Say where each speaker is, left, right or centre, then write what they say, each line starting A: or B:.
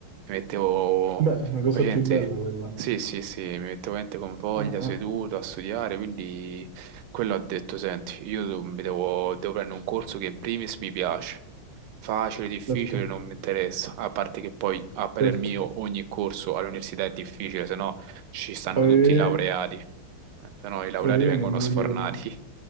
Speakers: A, on the right; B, on the right.
A: mi mettevo...
B: Beh, è una cosa
A: Facente.
B: più bella quella.
A: Sì, sì, sì, mi mettevo veramente con voglia,
B: Ah, ah,
A: seduto a studiare, quindi quello ho detto, senti, io devo, mi devo- devo prendere un corso che in primis mi piace, facile, difficile,
B: certo,
A: non mi interessa, a parte che poi a parer
B: certo.
A: mio ogni corso all'università è difficile, se no ci stanno
B: Eh,
A: tutti i laureati, eh, se no i laureati
B: eh,
A: vengono
B: non me
A: sfornati.
B: lo dire a me.